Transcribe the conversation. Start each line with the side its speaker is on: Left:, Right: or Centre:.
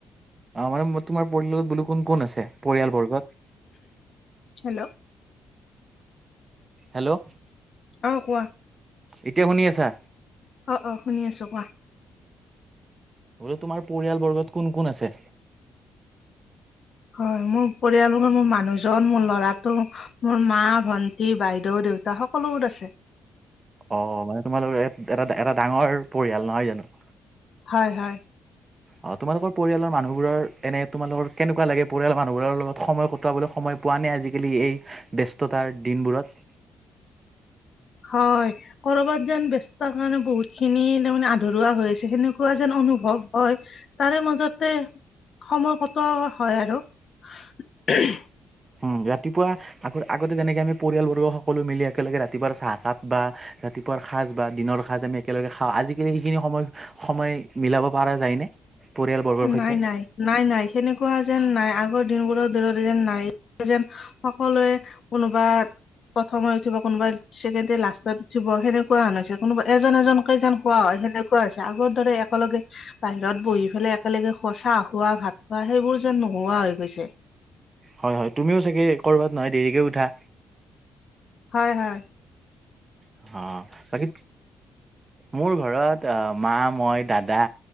Right: আমাৰ তোমাৰ পৰিয়ালত বোলো কোন কোন আছে পৰিয়ালবৰ্গত?
Left: হেল্ল'
Right: হেল্ল'
Left: অ', কোৱা
Right: এতিয়া শুনি আছা?
Left: অ', - অ', শুনি আছোঁ কোৱা
Right: বোলো তোমাৰ পৰিয়াল বৰ্গত কোন কোন আছে?
Left: হয় মোৰ পৰিয়ালৰ মোৰ মানুহজন, মোৰ ল'ৰাটো মোৰ মা, ভন্টি, বাইদেউ দেউতা সকলোবোৰ আছে।
Right: অ', মানে তোমালোকৰ এটা এটা ডাঙৰ পৰিয়াল নহয় জানো।
Left: হয়-হয়।
Right: অ', তোমালোকৰ পৰিয়ালৰ মানুহবোৰৰ এনে তোমালোকৰ কেনেকুৱা লাগে পৰিয়ালৰ মানুহবোৰৰ লগ সময় কটোৱাবলৈ সময় সময় পোৱা নাই আজিকালি এই ব্যস্ততাৰ দিনবোৰত?
Left: হয় কৰবাত যেন ব্যস্তৰ কাৰণে বহুত খিনি তাৰমানে আধৰুৱা হৈ আছে সেনেকুৱা যেন অনুভৱ হয় তাৰে মাজতে সময় কটোৱা হয় আৰু <inaudible>
Right: উম ৰাতিপুৱা আগ আগতে যেনেকে আমি পৰিয়ালবৰ্গ সকলো মিলি একেলগে ৰাতিপুৱা চাহকাপ বা ৰাতিপুৱা সাজ বা দিনৰ সাজ আমি একেলগে খাওঁ আজিকালি সেইখিনি সময়-সময় মিলাব পৰা যায়নে? পৰিয়ালবৰ্গৰ সৈতে
Left: নাই-নাই-নাই-নাই সেনেকুৱা যেন নাই আৰু দিনবোৰৰ দূৰত যেন নাই যেন সকলোৱে কোনোবা প্ৰথমে উঠিব কোনোবা, ছেকেণ্ডটোৱে লাষ্টত উঠিব সেনেকুৱা হৈছে কোনোবা এজন এজনকেই যেন শুৱা হয় সেনেকুৱা হৈছে আগৰ দৰে একেলগে বাহিৰত বহি পেলাই একেলগে সঁচা খুৱোৱা ভাত খোৱা সেইবোৰ যেন নোহোৱা হৈ গৈছে।
Right: হয়-হয় তুমিও চাগে কৰবাত নহয় দেৰিকে উঠা?
Left: হয়-হয়।
Right: অ', বাকী মোৰ ঘৰত আহ মা, মই দাদা